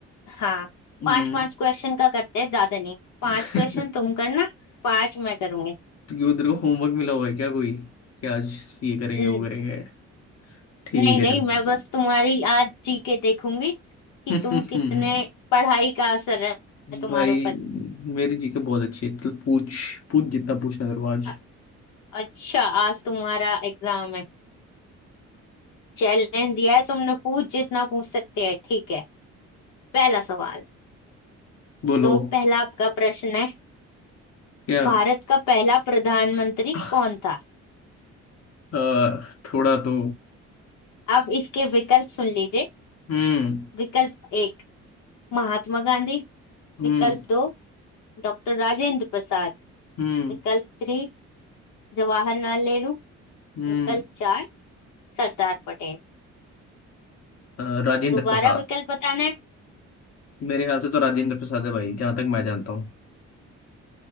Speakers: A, on the left; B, on the left.
A: हाँ
B: हम्म
A: पांच पांच क्वेश्चन का करते हैं ज्यादा नहीं पांच
B: <laughs>
A: क्वेश्चन तुम करना पांच मैं करूंगी
B: तो क्यों तेरे को होमवर्क मिला हुआ है क्या कोई कि आज ये करेंगे
A: न-
B: वो करेंगे ठीक
A: नहीं
B: है
A: नहीं
B: चलो
A: मैं बस तुम्हारी आज जी के देखूंगी कि
B: <laughs>
A: तुम कितने पढ़ाई का असर है तुम्हारे
B: भाई
A: ऊपर
B: मेरी जीके बहुत अच्छी है चल पूछ पूछ जितना पूछना तेरे को आज
A: अ- अच्छा आज तुम्हारा एग्जाम है चैलेंज दिया है तुमने पूछ जितना पूछ सकते हैं ठीक है पहला सवाल
B: बोलो
A: तो पहला आपका प्रश्न है
B: क्या
A: भारत का पहला प्रधानमंत्री
B: <laughs>
A: कौन था
B: आ, थोड़ा तो
A: अब इसके विकल्प सुन लीजिए
B: हम्म
A: विकल्प एक महात्मा गांधी
B: हम्म
A: विकल्प दो डॉक्टर राजेंद्र प्रसाद
B: हम्म
A: विकल्प थ्री जवाहरलाल नेहरू
B: हम्म
A: विकल्प चार सरदार पटेल
B: अ, राजेंद्र
A: दोबारा
B: प्रसाद
A: विकल्प बताना है
B: मेरे ख्याल से तो राजेंद्र प्रसाद है भाई जहां तक मैं जानता हूँ